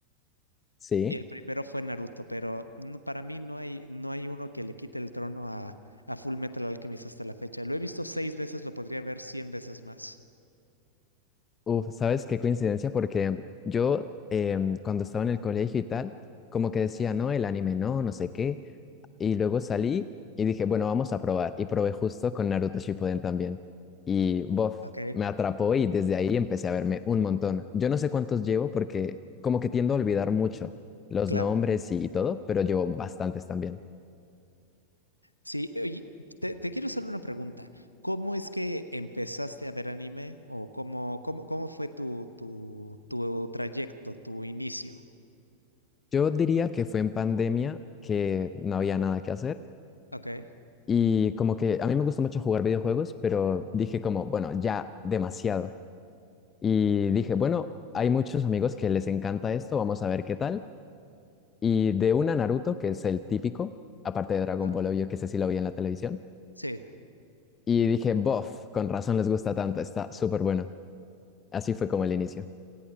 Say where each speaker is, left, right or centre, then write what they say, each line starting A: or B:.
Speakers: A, on the left (about 20°); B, on the left (about 80°).
A: Sí.
B: Y el primero fue Naruto, pero no- para mí no hay, no hay uno que le quite el trono a, a Full Metal Alchemist hasta la fecha. Lo he visto seis veces, lo podría ver cien veces más.
A: Uf, ¿sabes qué coincidencia? Porque yo em, cuando estaba en el colegio y tal, como que decía, no, el anime no, no sé qué. Y luego salí y dije, bueno, vamos a probar. Y probé justo con Naruto Shippuden también. Y bof,
B: Ok.
A: me atrapó y desde ahí empecé a verme un montón. Yo no sé cuántos llevo porque como que tiendo a olvidar mucho los
B: Claro.
A: nombres y, y todo, pero llevo bastantes también.
B: Sí, oye, te, te quiero hacer una pregunta. ¿Cómo es que empezaste a ver anime o cómo, cómo, cómo fue tu, tu, tu trayecto, tu inicio?
A: Yo diría que fue en pandemia que no había nada que hacer
B: Ok.
A: Y como que a mí me gusta mucho jugar videojuegos, pero
B: Ujú,
A: dije como, bueno, ya demasiado. Y dije, bueno, hay muchos amigos que les encanta esto, vamos a ver qué tal. Y de una Naruto, que es el típico, aparte de Dragon
B: Claro.
A: Ball, obvio, que sé si lo vi en la televisión.
B: Sí.
A: Y dije, bof, con razón les gusta tanto, está súper bueno. Así fue como el inicio.